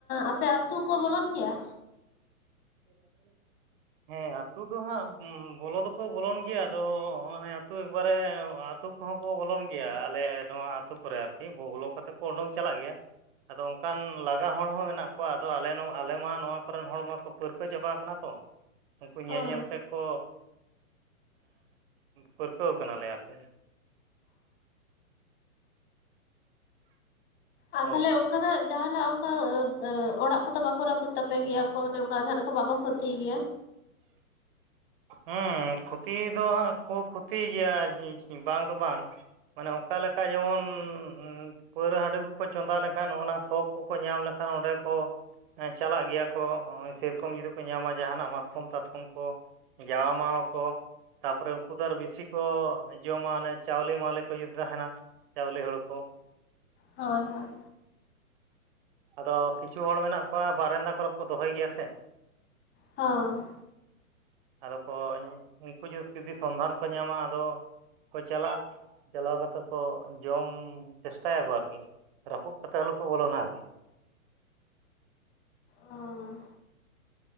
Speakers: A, on the left; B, on the right.
A: ᱟᱯᱮ ᱟᱹᱛᱩ ᱠᱚ ᱵᱚᱞᱚᱱ ᱜᱮᱭᱟ
B: <inaudible> ᱦᱮᱸ ᱟᱛᱳ ᱫᱚ ᱦᱟᱸᱜ ᱵᱚᱞᱚ ᱫᱚ ᱠᱚ ᱵᱚᱞᱚᱱ ᱜᱮᱭᱟ ᱟᱫᱚ ᱚᱱᱮ ᱟᱛᱳ ᱮᱠᱵᱟ ᱨᱮ ᱟᱛᱳ ᱠᱚ ᱦᱚᱸ ᱠᱚ ᱵᱚᱞᱚᱱ ᱜᱮᱭᱟ ᱟᱞᱮ ᱱᱚᱣᱟ ᱟᱹᱛᱩ ᱠᱚᱨᱮ ᱟᱨᱠᱤ ᱵᱚᱞᱚ ᱠᱟᱛᱮᱫ ᱠᱚ ᱩᱰᱩᱝ ᱪᱟᱞᱟᱜ ᱜᱮᱭᱟ ᱟᱫᱚ ᱚᱱᱠᱟᱱ ᱞᱟᱜᱟ ᱦᱚᱲ ᱦᱚᱸ ᱢᱮᱱᱟᱜ ᱠᱚᱣᱟ ᱟᱫᱚ ᱟᱞᱮ ᱟᱞᱮ ᱢᱟ ᱱᱚᱣᱟ ᱠᱚᱨᱮᱱ ᱦᱚᱲ ᱢᱟᱠᱚ ᱯᱟᱹᱨᱠᱟᱹᱣ ᱪᱟᱵᱟ ᱟᱠᱟᱱᱟ ᱛᱚ ᱩᱱᱠᱩ
A: ᱦᱳᱭ
B: ᱧᱮᱞ ᱧᱮᱞ ᱛᱮ ᱠᱚ ᱯᱟᱹᱨᱠᱟᱹᱣ ᱟᱠᱟᱱᱟ ᱞᱮ ᱟᱨᱠᱤ
A: ᱟᱨ
B: ᱦᱳᱭ
A: ᱛᱟᱦᱚᱞᱮ ᱚᱱᱠᱟᱱᱟᱜ ᱡᱟᱦᱟᱸᱱᱟᱜ ᱚᱱᱠᱟ ᱚᱲᱟᱜ ᱠᱚᱫᱚ ᱵᱟᱝ ᱠᱚ ᱨᱟᱹᱯᱩᱫ ᱛᱟᱯᱮ ᱜᱮᱭᱟ ᱠᱚ ᱢᱟᱱᱮ ᱚᱱᱠᱟ ᱡᱟᱦᱟᱸᱱᱟᱜ ᱠᱚ ᱵᱟᱠᱚ ᱠᱷᱚᱛᱤ ᱜᱮᱭᱟ
B: ᱦᱮᱸ ᱠᱷᱚᱛᱤ ᱫᱚ ᱦᱟᱸᱜ ᱠᱚ ᱠᱷᱚᱛᱤ ᱜᱮᱭᱟ ᱵᱟᱝ ᱫᱚ ᱵᱟᱝ ᱢᱟᱱᱮ ᱚᱱᱠᱟ ᱞᱮᱠᱟ ᱡᱮᱢᱚᱱ ᱯᱟᱹᱣᱨᱟᱹ ᱦᱟᱹᱰᱤ ᱠᱚ ᱠᱚ ᱪᱚᱸᱫᱟ ᱞᱮ ᱠᱷᱟᱱ ᱚᱱᱟ ᱥᱚ ᱠᱚ ᱠᱚ ᱧᱟᱢ ᱞᱮᱠᱷᱟᱱ ᱚᱸᱰᱮ ᱠᱚ ᱪᱟᱞᱟᱜ ᱜᱮᱭᱟ ᱠᱚ ᱥᱮ ᱨᱚᱠᱚᱢ ᱡᱩᱫᱤ ᱠᱚ ᱧᱟᱢᱟ ᱡᱟᱸᱦᱟ ᱱᱟᱜ ᱢᱟᱛ ᱠᱚᱢ ᱛᱟᱛ ᱠᱚᱢ ᱠᱚ ᱡᱟᱣᱟ ᱢᱟᱣᱟ ᱠᱚᱼᱼ ᱛᱟᱯᱚᱨᱮ ᱩᱱᱠᱩ ᱫᱚ ᱟᱨ ᱵᱤᱥᱤ ᱠᱚ ᱡᱚᱢᱟ ᱚᱱᱮ ᱪᱟᱣᱞᱮ-ᱢᱟᱣᱞᱮ ᱠᱚ ᱡᱩᱫᱤ ᱛᱟᱦᱮᱸᱱᱟ᱾ ᱪᱟᱣᱞᱮ ᱦᱳᱲᱩ ᱠᱚᱼᱼ
A: ᱦᱳᱭ-ᱦᱳᱭᱼᱼ
B: ᱟᱫᱚ ᱠᱤᱪᱷᱩ ᱦᱚᱲ ᱢᱮᱱᱟᱜ ᱠᱚᱣᱟ ᱵᱟᱨᱮᱱᱫᱟ ᱠᱚᱨᱮ ᱠᱚ ᱫᱚᱦᱚᱭ ᱜᱮᱭᱟ ᱥᱮᱼᱼ
A: ᱦᱚᱸ
B: ᱟᱫᱚ ᱠᱚ ᱩᱱᱠᱩ ᱡᱩᱫᱤ ᱥᱚᱱᱫᱷᱟᱱ ᱠᱚ ᱧᱟᱢᱟ ᱟᱫᱚᱼᱼ ᱠᱚ ᱪᱟᱞᱟᱜ-ᱟ ᱪᱟᱞᱟᱣ ᱠᱟᱛᱮ ᱠᱚ ᱡᱚᱢ ᱪᱮᱥᱴᱟᱭᱟᱠᱚ ᱟᱨᱠᱤᱼᱼ ᱨᱟᱹᱯᱩᱫ ᱠᱟᱛᱮ ᱟᱞᱳᱠᱚ ᱵᱚᱞᱚᱱᱟ ᱟᱨᱠᱤ᱾
A: ᱚᱻ